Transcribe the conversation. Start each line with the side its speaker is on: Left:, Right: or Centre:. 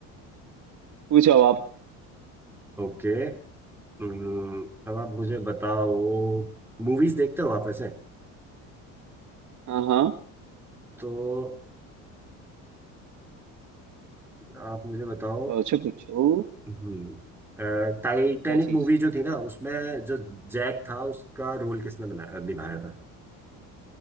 Right: पूछो अब आप
Centre: ओके हम्म, अब आप मुझे बताओ मूवीज देखते हो आप ऐसे
Right: हाँ हाँ
Centre: तो आप मुझे बताओ
Right: पूछो पूछो
Centre: हम्म टाइटैनिक
Right: क्या चीज
Centre: मूवी जो थी ना उसमें जो जैक था उसका रोल किसने बना निभाया था